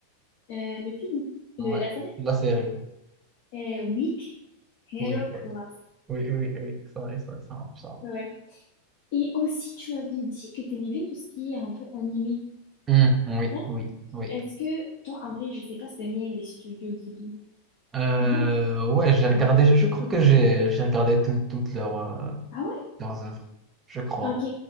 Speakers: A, on the left; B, on the right.
A: Euh, le film,
B: Ouais,
A: le- la série,
B: la série.
A: euh, Weak Hero
B: Oui, quoi.
A: Class.
B: Oui, oui, oui, oui. ça, ça, ça, marche, ça.
A: Ouais, ouais. Et aussi, tu m'avais dit que t'aimais bien tout ce qui est un peu animé.
B: marche. Hmm, oui,
A: Hein
B: oui, oui.
A: Est-ce que, toi, en vrai, je sais pas si t'aimes bien les studios Ghibli.
B: Euh,
A: T'aimes bien? ou pas
B: ouais, j'ai
A: Ouais.
B: regardé, je, je crois que j'ai j'ai regardé tout- toutes leurs euh,
A: Ah ouais?
B: leurs œuvres, je crois.
A: Ok.